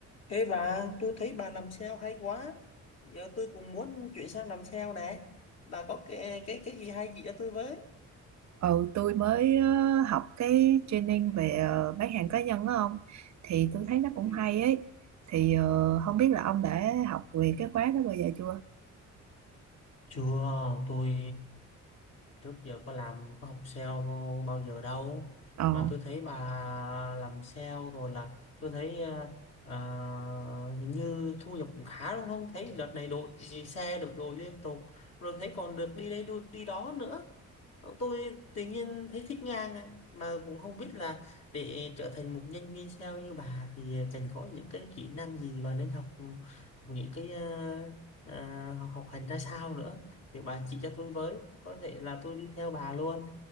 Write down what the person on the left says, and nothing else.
Ê bà, tôi thấy bà làm sale hay quá. Giờ tôi cũng muốn chuyển sang làm sale nè. Bà có cái cái cái gì hay chỉ cho tôi với.
Ừ.
Chưa, tôi trước giờ có làm có học sale bao giờ đâu
mà tôi thấy bà làm sale rồi là tôi thấy à, à, hình như thu nhập cũng khá đúng không? Thấy đợt này đội xe đội đồ liên tục rồi thấy còn được đi đây đu- đi đó nữa. Ờ, tôi tự nhiên thấy thích Nga này. mà cũng không biết là để trở thành một nhân viên sale như bà thì cần có những cái kỹ năng gì và nên học, học những cái ờ, ờ, học học hành ra sao nữa thì bà chỉ cho tôi với có thể là tôi đi theo bà luôn